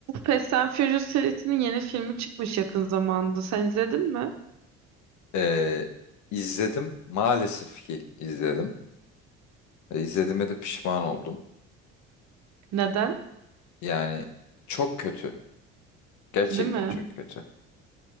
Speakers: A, on the right; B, on the left.
A: Fast and Furious serisinin yeni filmi çıkmış yakın zamanda. Sen izledin mi?
B: Ee, izledim. Maalesef ki izledim. Ve izlediğime de pişman oldum.
A: Neden?
B: Yani çok kötü. Gerçekten
A: Değil mi?
B: çok kötü.